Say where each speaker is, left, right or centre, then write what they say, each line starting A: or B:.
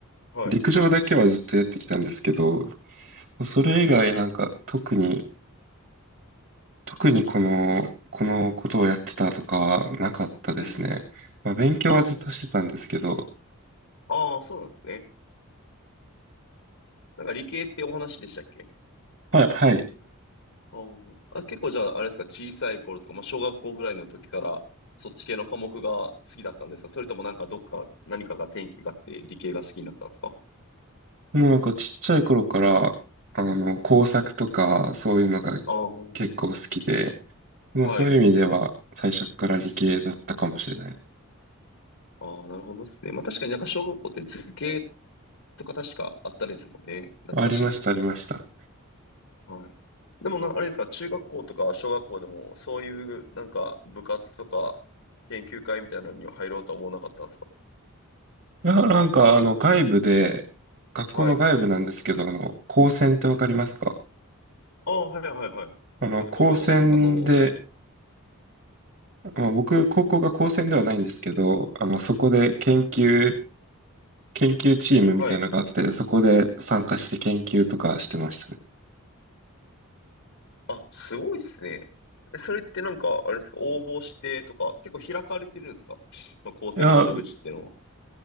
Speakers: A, on the left (about 80°); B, on the right (about 55°).
A: はい。
B: 陸上だけはずっとやってきたんですけど、それ以外なんか特に、特にこの、このことをやってたとかはなかったですね。
A: うんうん。
B: まあ、勉強はずっとしてたんですけど、
A: あーあー、そうなんですね。なんか理系ってお話でしたっけ
B: はい、はい。
A: あーあ、結構じゃあ、あれですか、小さい頃とか、まあ、小学校ぐらいの時から、そっち系の科目が好きだったんですかそれともなんかどっか、何かが転機があって理系が好きになったんですか
B: でもなんかちっちゃい頃から、あの、工作とか、そういうのが
A: ああー、
B: 結構好きで、まあそういう意味では最初から理系だったかもしれないね。
A: はい。ああ、なるほどですね。まあ確かになんか小学校って図形とか確かあったですもんね。懐かしいですね。
B: ありました、ありました。
A: はい。でもな、あれですか、中学校とか小学校でも、そういうなんか部活とか研究会みたいなのには入ろうとは思わなかったんですか
B: な、なんかあの外部で、学校の外部なんですけど、
A: はい。
B: あの、高専ってわかりますか
A: ああ、はいはいはい。
B: あの、
A: はい。
B: 高専で、
A: 工業、あの、
B: まあ、僕、高校が高専ではないんですけど、あの、そこで研究、研究チームみたいなのがあって、
A: はい。
B: そこで参加して研究とかしてましたね。
A: あ、すごいっすね。えそれってなんか、あれですか、応募してとか、結構開かれてるんですかまあ、構成の窓口っていうの
B: いや、